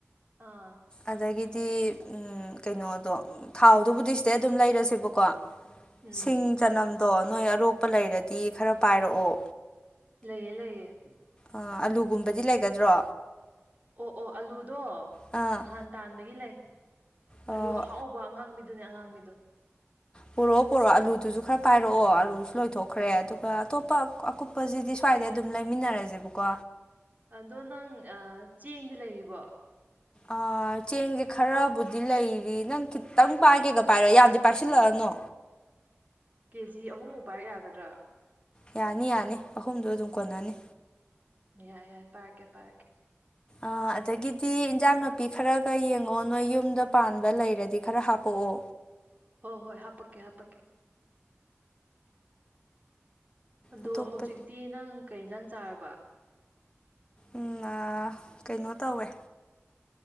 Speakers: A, on the right; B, on the left.
A: ꯑꯥ
B: ꯑꯗꯒꯤꯗꯤ ꯎꯝ ꯀꯩꯅꯣꯗꯣ ꯊꯥꯎꯗꯨꯕꯨꯗꯤ ꯁꯤꯗꯩ ꯑꯗꯨꯝ ꯂꯩꯔꯁꯦꯕꯀꯣ
A: ꯎꯝ
B: ꯁꯤꯡ ꯆꯅꯝꯗꯣ ꯅꯣꯏ ꯑꯔꯣꯛꯄ ꯂꯩꯔꯗꯤ ꯈꯔ ꯄꯥꯏꯔꯛꯑꯣ
A: ꯂꯩꯌꯦ ꯂꯩꯌ°
B: ꯑꯥ ꯑꯂꯨ ꯒꯨꯝꯕꯗꯤ ꯂꯩꯒꯗ꯭ꯔꯣ
A: ꯑꯣ ꯑꯣ ꯑꯂꯨꯗꯣ
B: ꯑꯥ
A: ꯅꯍꯥꯟ ꯇꯥꯟꯕꯒꯤ ꯂꯩ
B: ꯑꯣ
A: ꯑꯂꯨ ꯑꯍꯥꯎ ꯕ ꯑꯉꯥꯡꯕꯤꯗꯨꯅꯦ ꯑꯉꯥꯡꯕꯤꯗꯣ
B: ꯄꯨꯔꯛꯑꯣ ꯄꯨꯔꯛꯑꯣ ꯑꯂꯨꯗꯨꯁꯨ ꯈꯔ ꯄꯥꯏꯔꯛꯑꯣ ꯑꯂꯨꯁꯨ ꯂꯣꯏꯊꯣꯛꯈ꯭ꯔꯦ ꯑꯗꯨꯒ ꯑꯇꯣꯞꯄ ꯑꯀꯨꯞ ꯄꯖꯤꯗꯤ ꯁ꯭ꯋꯥꯏꯗꯩ ꯑꯗꯨꯝ ꯂꯩꯃꯤꯟꯅꯔꯖꯦꯕꯀꯣ
A: ꯑꯗꯣ ꯅꯪ ꯑꯥ ꯆꯦꯡꯗꯤ ꯂꯩꯔꯤꯕꯣ
B: ꯑꯥ ꯆꯦꯡꯁꯦ ꯈꯔꯕꯨꯗꯤ ꯂꯩꯔꯤ ꯅꯪ ꯈꯤꯇꯪ ꯄꯥꯏꯒꯦꯒꯥ ꯄꯥꯏꯔꯣ ꯌꯥꯝꯗꯤ ꯄꯥꯏꯁꯤꯜꯂꯛꯑꯅꯣ
A: ꯀꯦꯖꯤ ꯑꯍꯨꯝ ꯃꯨꯛ ꯄꯥꯏꯔꯛ ꯌꯥꯒꯗ꯭ꯔꯥ
B: ꯌꯥꯅꯤ ꯌꯥꯅꯤ ꯑꯍꯨꯝꯗꯣ ꯑꯗꯨꯝ ꯀꯣꯟꯅꯅꯤ
A: ꯌꯥꯔꯦ ꯌꯥꯔꯦ ꯄꯥꯏꯔꯛꯀꯦ ꯄꯥꯏꯔꯛꯀꯦ
B: ꯑꯥ ꯑꯗꯒꯤꯗꯤ ꯏꯟꯖꯥꯡ ꯅꯥꯄꯤ ꯈꯔꯒꯥ ꯌꯦꯡꯉꯛꯑꯣ ꯅꯣꯏ ꯌꯨꯝꯗ ꯄꯥꯟꯕ ꯂꯩꯔꯗꯤ ꯈꯔ ꯍꯥꯄꯛꯑꯣ
A: ꯍꯣ ꯍꯣꯏ ꯍꯥꯄꯛꯀꯦ ꯍꯥꯄꯛꯀꯦ ꯑꯗꯣ
B: ꯑꯇꯣꯞꯄ
A: ꯍꯧꯖꯤꯛꯇꯤ ꯅꯪ ꯀꯩ ꯑ°ꯟꯁꯥꯡ ꯆꯥꯔꯕꯥ
B: ꯎꯝ ꯑꯥ ꯀꯩꯅꯣ ꯇꯧꯋꯦ